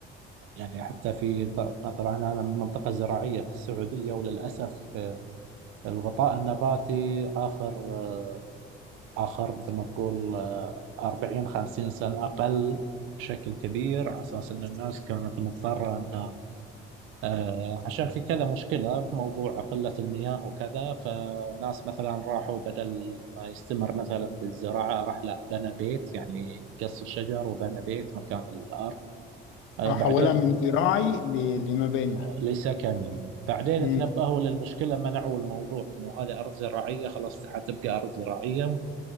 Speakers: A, on the right; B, on the left.
A: يعني حتى في ط- طبعا أنا من منطقة زراعية في السعودية وللأسف آه، الغطاء النباتي آخر آه، آخر مثل ما تقول آه، 40 50 سنة أقل بشكل كبير على أساس أن الناس كانت مضطرة أنها آه، عشان في كذا مشكلة في موضوع قلة المياه وكذا فناس مثلا راحوا بدل ما يستمر مثلا بالزراعة راح لا بنى بيت يعني قص الشجر وبنى بيت مكان الأرض آه،
B: احولها
A: بعدين
B: من زراعي ل... لمباني
A: لسكني بعدين
B: امم
A: تنبهوا للمشكلة منعوا الموضوع انه هذه ارض زراعية خلاص حتبقى ارض زراعية